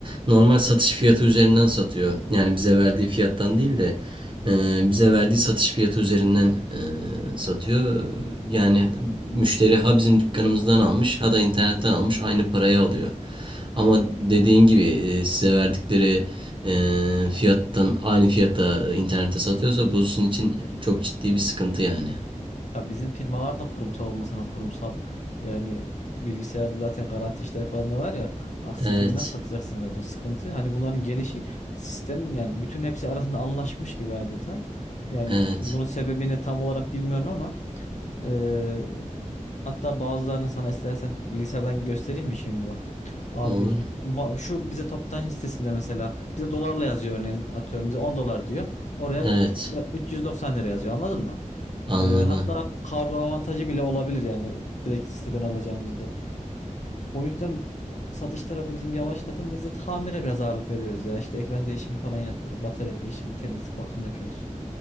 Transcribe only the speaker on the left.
Ya bizim firmalar da kurumsal olmasına kurumsal. Yani bilgisayarda zaten garanti işleri falan da var ya. Aksi
türlü nasıl satacaksın zaten sıkıntı. Hani bunların gelişi sistem yani bütün hepsi arasında anlaşmış gibi adeta. Yani
bunun sebebini tam olarak bilmiyorum ama ee, hatta bazılarını sana istersen bilgisayardan göstereyim mi şimdi bak. Abi
ba- şu bize toptan sitesinde mesela bize dolarla yazıyor örneğin atıyorum bize 10 dolar diyor. Oraya
da 390 lira yazıyor anladın mı?
Ee, hatta kargo avantajı bile olabilir yani direkt siteden alacağımızda. O yüzden satış tarafı bizim yavaşladı. Biz de tamire biraz ağırlık veriyoruz ya. İşte ekran değişimi falan yapıyoruz. Batarya değişimi, temizlik, bakım yapıyoruz.